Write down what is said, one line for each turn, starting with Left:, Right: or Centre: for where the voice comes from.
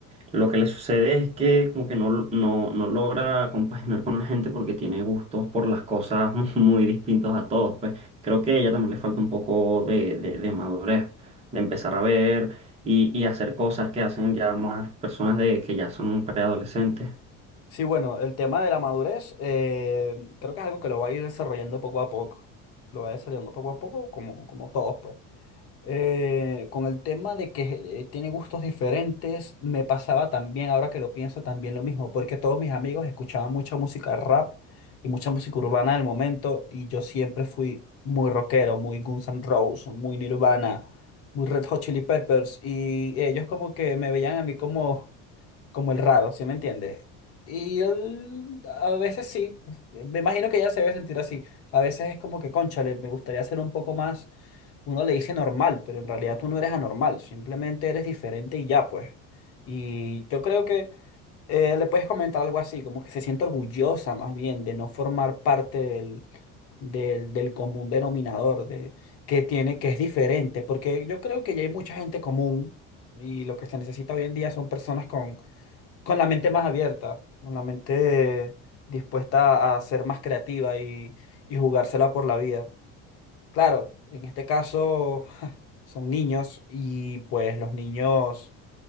Right: lo que le sucede es que como que no, no, no logra compaginar con la gente porque tiene gustos por las cosas <laughs> muy, muy distintos a todos. Pues creo que a ella también le falta un poco de, de- de madurez, de empezar a ver y, y hacer cosas que hacen ya más personas de que ya son preadolescentes.
Left: Sí, bueno, el tema de la madurez eh, creo que es algo que lo va a ir desarrollando poco a poco. Lo va desarrollando poco a poco, como, como todos, pues eh, con el tema de que eh, tiene gustos diferentes, me pasaba también, ahora que lo pienso, también lo mismo, porque todos mis amigos escuchaban mucha música rap y mucha música urbana del momento, y yo siempre fui muy rockero, muy Guns N' Roses, muy Nirvana, muy Red Hot Chili Peppers, y ellos como que me veían a mí como, como el raro, ¿sí me entiendes? Y él, a veces sí, me imagino que ella se debe sentir así. A veces es como que, cónchale, me gustaría ser un poco más uno le dice normal, pero en realidad tú no eres anormal, simplemente eres diferente y ya, pues. Y yo creo que eh, le puedes comentar algo así, como que se siente orgullosa más bien de no formar parte del, del, del común denominador, de que tiene, que es diferente, porque yo creo que ya hay mucha gente común y lo que se necesita hoy en día son personas con, con la mente más abierta, con la mente dispuesta a ser más creativa y, y jugársela por la vida. Claro, en este caso <laughs> son niños y pues los niños